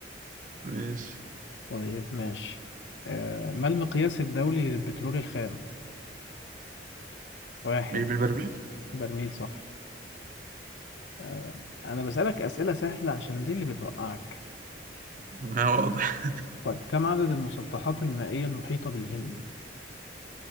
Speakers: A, on the right; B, on the left.
A: ماشي
B: طيب ماشي آه ما المقياس الدولي للبترول الخام واحد
A: مش بالبربيل
B: برميل صح آه انا بسألك اسئلة سهلة عشان دي اللي بتوقعك
A: <laughs> ما هو واضح
B: طيب كم عدد المسطحات المائية المحيطة بالهند